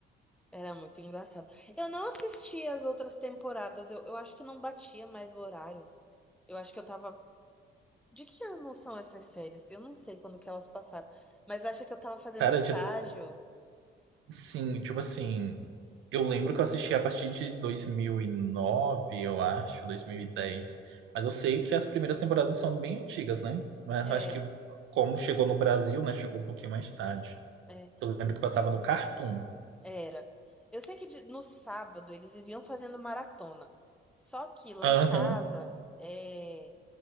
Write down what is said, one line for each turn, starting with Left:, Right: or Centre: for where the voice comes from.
Centre: Era muito engraçado. Eu não assisti as outras temporadas. Eu, eu acho que não batia mais o horário. Eu acho que eu tava. De que ano são essas séries? Eu não sei quando que elas passaram. Mas eu acho que eu tava fazendo
Right: Cara,
Centre: estágio.
Right: Sim, tipo assim, eu lembro que eu assisti a partir de 2009 eu acho, dois mil e dez Mas eu sei que as primeiras temporadas são bem antigas, né? Mas
Centre: É,
Right: eu acho que como chegou no Brasil, né? Chegou um pouquinho mais tarde.
Centre: é,
Right: Eu lembro que passava no Cartoon.
Centre: era. Eu sei que de- no sábado eles viviam fazendo maratona. Só que lá
Right: Aham.
Centre: em casa, é,